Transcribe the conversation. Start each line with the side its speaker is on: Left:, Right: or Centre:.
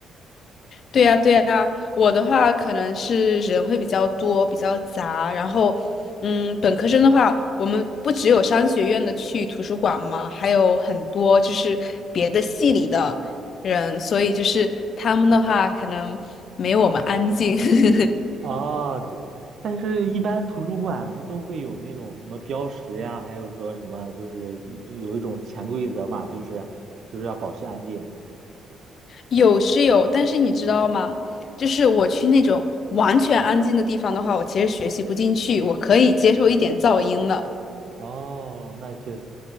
Left: 对呀，对呀。我的话，可能是人会比较多，比较杂。然后，嗯，本科生的话，我们不只有商学院的去图书馆嘛，还有很多就是别的系里的人，所以就是他们的话，可能没有我们安静。<laughs>
Right: 哦，这但是，一般图书馆不都会有那种什么标识呀，还有说什么，就是一有一种潜规则嘛，就是就是要保持安静。
Left: 有是有，但是你知道吗？就是我去那种完全安静的地方的话，我其实学习不进去，我可以接受一点噪音的。
Right: 哦，那确实，